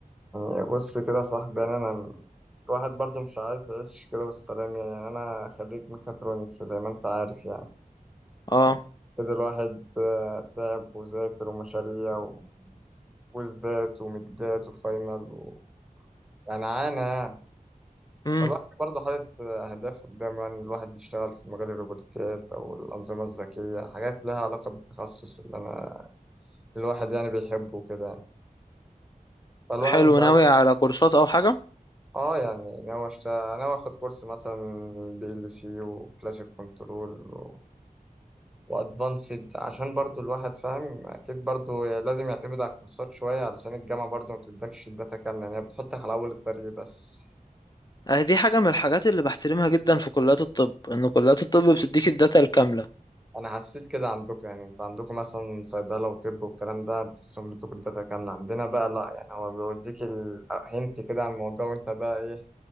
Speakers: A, in the centre; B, on the left (about 25°).
A: يعني بص كده يا صاحبي يعني انا الواحد برضو مش عايز يعيش كده بالسلام يعني انا خريج ميكاترونكس زي ما انت عارف يعني
B: اه
A: يعني كده الواحد آه، تعب وذاكر ومشاريع و- وزات ومدات وفاينل و... يعني عانى يعني
B: امم
A: فالواحد برضه حاطط آه، أهداف قدامه يعني الواحد يشتغل في مجال الروبوتات أو الأنظمة الذكية حاجات لها علاقة بالتخصص اللي أنا الواحد يعني بيحبه كده فالواحد
B: حلو
A: مش عارف
B: ناوي على كورسات او حاجة
A: اه يعني ناوي أشت... ناوي اخد كورس مثلا بي ال سي وكلاسيك كنترول و... وادفانسد عشان برضو الواحد فاهم اكيد برضو لازم يعتمد على الكورسات شوية علشان الجامعة برضو ما بتدكش الداتا كاملة يعني هي بتحطك على اول الطريق بس
B: آه، دي حاجة من الحاجات اللي بحترمها جدا في كليات الطب ان كليات الطب بتديك الداتا الكاملة
A: انا حسيت كده عندكم يعني انت عندكم مثلا صيدلة وطب والكلام ده بحسهم بيدوك الداتا كاملة عندنا بقى لا يعني هو بيوديك الهنت كده عن الموضوع وانت بقى ايه